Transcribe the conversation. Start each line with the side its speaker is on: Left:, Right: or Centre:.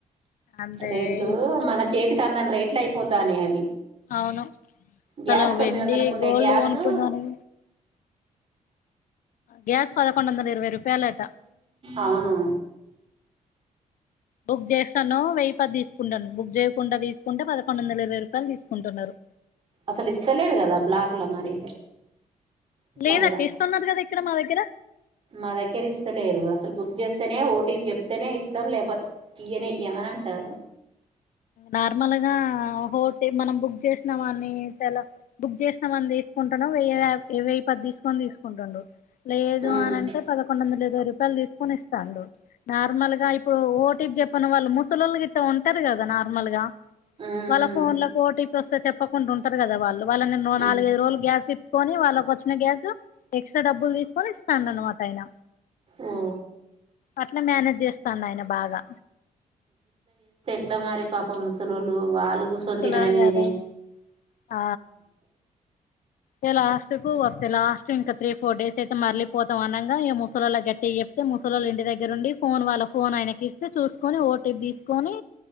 Left: అంతే
Right: రేట్లు
Left: ఇప్పుడు
Right: మన చేతికి అందని రేట్లు అయిపోతానే అవి
Left: అవును తను
Right: గ్యాస్
Left: వెండి
Right: తొమ్మిది వందలకు ఉండే
Left: గోల్డ్
Right: గ్యాసు
Left: కొనుక్కుందాని గ్యాస్ పదకొండ వందల ఇరవై రూపాయాలటా అ
Right: అవును
Left: బుక్ చేస్తాను వెయ్యి పది తీసుకుంటాను బుక్ చేయకుండా తీసుకుంటే పదకొండు వందల ఇరవై రూపాయలు తీసుకుంటున్నారు
Right: అసలు ఇస్తలేరు కదా బ్లాక్ల మరి అట్లా
Left: లేదక్క
Right: కూడా
Left: ఇస్తున్నారు కదా ఇక్కడ మా దగ్గర
Right: మా దగ్గర ఇస్తలేరు అసలు బుక్ చేస్త ఇస్తనే ఓటి చెప్తేనే ఇస్తాం లేకపోతే ఇయనే ఇయ్యమని అంటారు
Left: నార్మల్గా హోట మనం బుక్ చేసిన వాన్ననిలా బుక్ చేసినావని తీసుకుంటాను వెయ్య ఇవవి పది తీసుకొని తీసుకుంటుాండు లేదు
Right: ఉమ్
Left: అని అంటే పదకొండు వందల ఇరవై రూపాయలు తీసుకుని ఇస్తాండు నార్మల్ గా ఇప్పుడు ఓటికి చెప్పిన వాళ్ళు ముసలోళ్ళు గిట్ట ఉంట ంటారు కదా నార్మల్ గా
Right: ఉమ్
Left: వాళ్ళ ఫోన్ లో ఓటీపీ వస్తే చెప్పకుండా ఉంటారు కదా వాళ్ళు వాళ్ళనిన్న
Right: ఉమ్
Left: నాలుగైదు రోజులు గ్యాస్, ఇప్పుకొని వాళ్ళకి వచ్చిన గ్యాస్, ఎక్స్ట్రా డబ్బులు తీసుకొని ఇస్తాండ, అన్నమాట ఆయిన
Right: ఓ
Left: అట్ల మేనేజ్ చేస్తాడు, ఆయన బాగా
Right: ఇట్లా మారి పాప ముసలుళ్ళు వాళ్ళుకూసోని
Left: ముసలోళ్ళు
Right: తినడంమేనే
Left: కదా ఆ ఇగ లాస్ట్ కు వత్తే లాస్ట్ ఇంకా త్రీ ఫోర్ డేస్ అయితే మరళలిపోతాం అనగా ఈక ముసలొలాకి గట్టిగా చెప్తే ముసలోలు ఇంటి దగ్గర ఉండి, ఫోన్ వాళ్ళ ఫోన్ ఆయనకి ఇస్తే చూసుకొని ఓటీపీ తీసుకొని